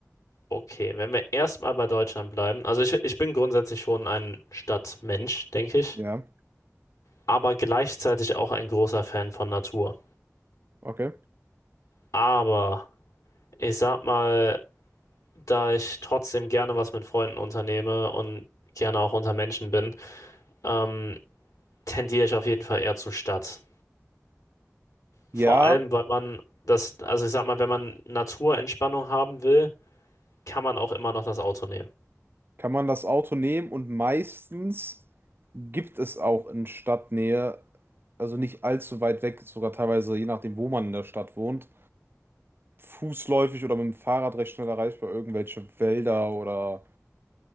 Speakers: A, on the left (about 85°); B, on the right (about 45°).
A: okay, wenn wir erstmal bei Deutschland bleiben, also ich, ich bin grundsätzlich schon ein Stadtmensch, denke ich,
B: Ja.
A: aber gleichzeitig auch ein großer Fan von Natur.
B: Okay.
A: Aber ich sag mal, da ich trotzdem gerne was mit Freunden unternehme und gerne auch unter Menschen bin, ähm, tendiere ich auf jeden Fall eher zur Stadt.
B: Ja,
A: Vor allem, weil man das, also ich sag mal, wenn man Naturentspannung haben will, kann man auch immer noch das Auto nehmen.
B: kann man das Auto nehmen und meistens gibt es auch in Stadtnähe, also nicht allzu weit weg, sogar teilweise je nachdem, wo man in der Stadt wohnt, fußläufig oder mit dem Fahrrad recht schnell erreichbar irgendwelche Wälder oder